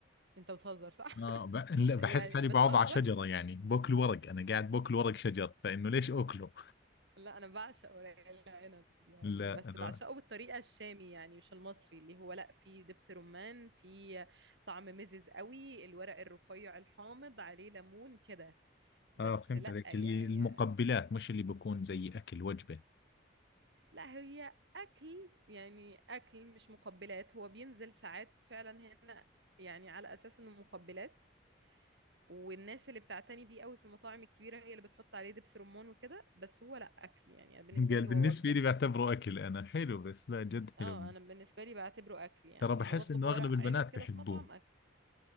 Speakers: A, on the right; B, on the left.
A: انت بتهزر صح
B: آه
A: <laughs>
B: ب... لا بحس
A: يعني
B: حالي
A: بتهزر
B: بقعد على شجرة يعني باكل ورق أنا قاعد باكل ورق شجر فإنه ليش أكله؟
A: لا انا بعشق ورق العنب يعني
B: <laughs> لا
A: بس
B: أنا
A: بعشقه بالطريقه الشامي يعني مش المصري اللي هو لا فيه دبس رمان فيه طعم مزز قوي الورق الرفيع الحامض عليه ليمون كده بس
B: آه فهمت
A: لا
B: عليك
A: يعني
B: اللي المقبلات مش اللي بكون زي أكل وجبة
A: لا هي اكل يعني اكل مش مقبلات هو بينزل ساعات فعلا هنا يعني على اساس انه مقبلات والناس اللي بتعتني بيه قوي في المطاعم الكبيره هي اللي بتحط عليه دبس رمان وكده بس هو لا اكل يعني أنا بالنسبه
B: قال
A: لي هو
B: بالنسبة
A: وجبه
B: لي بعتبره أكل أنا حلو بس لا جد
A: اه
B: حلو
A: انا بالنسبه لي بعتبره اكل يعني
B: ترى بحس
A: لما بطلب
B: إنه
A: ورق
B: أغلب البنات
A: عنب كده
B: بحبوه
A: في مطعم اكل